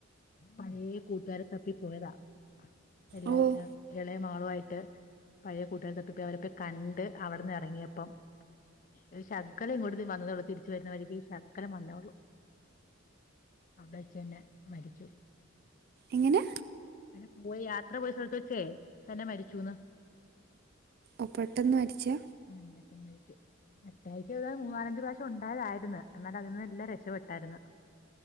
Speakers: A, on the left; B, on the right.
A: പഴേ കൂട്ടാരെ തപ്പി പോയതാ എല്ലാര്
B: ഓ
A: എം എൽ എളേ മാളു ആയിട്ട് പഴേ കൂട്ടാരെ തപ്പി പോയി അവരെപോയി കണ്ട് അവട്ന്ന് എറങ്ങ്യേപ്പം ഒരു ശകല ഇങ്ങോട്ട് വന്നതേള്ളൂ തിരിച്ച് വര്ന്ന വഴിക്ക് ഈ ശകലം വന്നേ ഒള്ളൂ അവടേച്ചെന്നെ മരിച്ചു
B: എങ്ങനെ
A: അങ്ങനെ പോയി യാത്ര പോയ സ്ഥലത്ത് വെച്ചേ തന്നെ മരിച്ചൂന്ന്
B: ഓഹ് പെട്ടെന്ന് മരിച്ചേ
A: ഉം പെട്ടന്ന് മരിച്ചു അറ്റായിക്ക് ഏത മൂന്നാലഞ്ച് പ്രാവശ്യ ഉണ്ടയതായിരുന്ന് എന്നാലതീന്നെല്ലാം രക്ഷപ്പെട്ടാര്ന്ന്